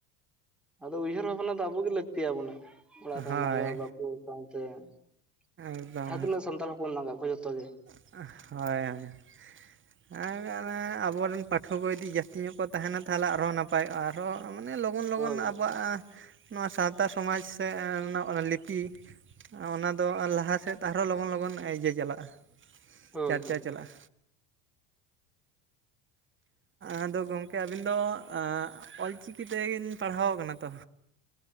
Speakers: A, in the centre; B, on the right (about 25°).
A: ᱟᱫᱚ ᱩᱭᱦᱟᱹᱨ ᱵᱷᱟᱵᱽᱱᱟ ᱫᱚ ᱟᱵᱚ ᱜᱮ ᱞᱟᱹᱠᱛᱤ ᱟᱵᱚᱱᱼᱟ ᱚᱲᱟᱜ ᱨᱮᱱ
B: ᱦᱳᱭ
A: ᱟᱭᱳᱼᱵᱟᱵᱟ ᱠᱚ ᱥᱟᱶᱛᱮ ᱡᱟᱦᱟᱸ
B: ᱮᱠᱫᱚᱢ
A: ᱛᱤᱱᱟᱹᱜ ᱥᱟᱱᱛᱟᱲ ᱦᱚᱯᱚᱱ ᱢᱮᱱᱟ ᱠᱚᱣᱟ ᱡᱚᱛᱚ ᱜᱮ
B: ᱦᱳᱭ ᱦᱳᱭ ᱦᱮᱸᱜᱮ ᱚᱱᱮ ᱟᱵᱚᱨᱮᱱ ᱯᱟᱹᱴᱷᱩᱣᱟᱹ ᱠᱚ ᱡᱩᱫᱤ ᱡᱟᱹᱥᱛᱤ ᱧᱚᱜ ᱠᱚ ᱛᱟᱦᱮᱱᱟ ᱛᱟᱦᱚᱞᱮ ᱟᱨᱦᱚᱸ ᱱᱟᱯᱟᱭᱚᱜᱼᱟ ᱟᱨᱦᱚᱸᱻᱻ ᱢᱟᱱᱮ ᱞᱚᱜᱚᱱ ᱞᱚᱜᱚᱱ
A: ᱦᱳᱭ
B: ᱟᱵᱚᱣᱟᱜ ᱱᱚᱣᱟ ᱥᱟᱶᱛᱟ ᱥᱚᱢᱟᱡᱽ ᱥᱮ ᱱᱚᱭᱟ ᱞᱤᱯᱤ ᱚᱱᱟ ᱫᱚ ᱞᱟᱦᱟ ᱥᱮᱫ ᱟᱨᱦᱚᱸ ᱞᱚᱜᱚᱱ ᱞᱚᱜᱚᱱ ᱤᱭᱟᱹ ᱪᱟᱞᱟᱜᱼᱟ
A: ᱦᱳᱭ
B: ᱪᱟᱨᱪᱟ
A: ᱦᱳᱭ
B: ᱪᱟᱞᱟᱜᱼᱟ ᱟᱫᱚ ᱜᱚᱝᱠᱮ ᱟᱹᱵᱤᱱ ᱫᱚ ᱚᱞᱪᱤᱠᱤ ᱛᱮᱵᱤᱱ ᱯᱟᱲᱦᱟᱣ ᱠᱟᱱᱟ ᱛᱚ?